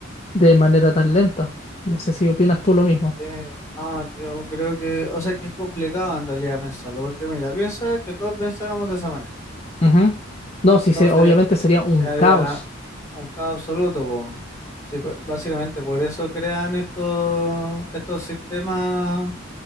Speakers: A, on the left; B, on the left.
A: de manera tan lenta. No sé si opinas tú lo mismo.
B: Eh, no, yo creo que, o sea, que es complicado en realidad pensarlo, porque mira, piensa que todos pensáramos de esa manera.
A: Ujú. No, sí,
B: Entonces,
A: se obviamente sería un
B: quedaría
A: caos.
B: la, un caos absoluto, po, weón. Sí, ba- básicamente por eso crean estos, estos sistemas